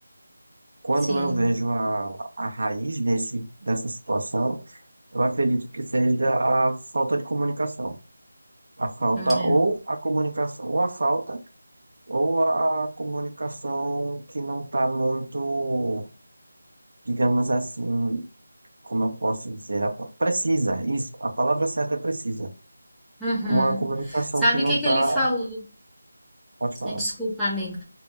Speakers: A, on the right (about 55°); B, in the centre.
A: Quando
B: sim.
A: eu vejo a, a raiz desse, dessa situação, eu acredito que seja a falta de comunicação. A falta
B: É.
A: ou a comunicação, ou a falta Ou a comunicação que não está muito, digamos assim, como eu posso dizer, a- precisa, isso, a palavra certa é precisa.
B: Uhum.
A: Uma comunicação
B: Sabe
A: que não
B: o que
A: está,
B: que ele falou?
A: pode falar,
B: É, Desculpa, amigo.